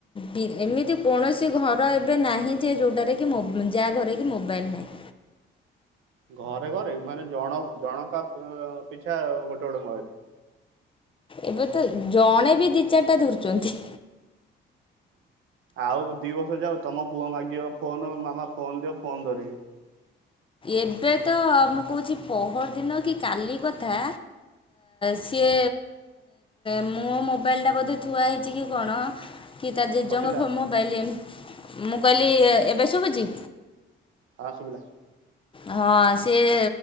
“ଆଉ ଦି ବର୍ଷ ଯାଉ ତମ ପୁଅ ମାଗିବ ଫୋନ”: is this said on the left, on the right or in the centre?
Right